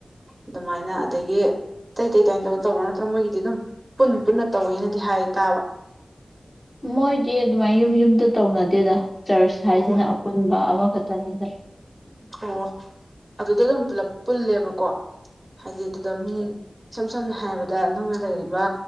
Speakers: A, on the right; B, on the left.
A: ꯑꯗꯨꯃꯥꯏꯅ ꯑꯗꯒꯤ ꯑꯇꯩ ꯑꯇꯩ ꯑꯗꯨꯃꯥꯏꯅ ꯇꯧ ꯇꯧꯕ꯭ꯔꯥ ꯅꯠꯇ꯭ꯔꯒ ꯃꯣꯏꯒꯤꯗꯤ ꯑꯗꯨꯝ ꯄꯨꯟ ꯄꯨꯟꯅ ꯇꯧꯋꯦꯅꯗꯤ ꯍꯥꯏ ꯇꯥꯕ
B: ꯃꯣꯏꯗꯤ ꯑꯗꯨꯃꯥꯏ ꯌꯨꯝ ꯌꯨꯝꯗ ꯇꯧꯅꯗꯦꯗ ꯆꯔꯆ ꯍꯥꯏꯁꯤꯅ
A: ꯑꯣ
B: ꯄꯨꯟꯕ ꯑꯃꯈꯛꯇꯅꯤꯗ
A: ꯑꯣ ꯑꯗꯨꯗ ꯑꯗꯨꯝ ꯄꯨꯂꯞ ꯄꯨꯜꯂꯦꯕꯀꯣ ꯍꯥꯏꯗꯤ ꯑꯗꯨꯗ ꯃꯤ ꯏꯁꯝ ꯁꯝꯅ ꯍꯥꯏꯔꯕꯗ ꯅꯪꯅ ꯂꯩꯔꯤꯕ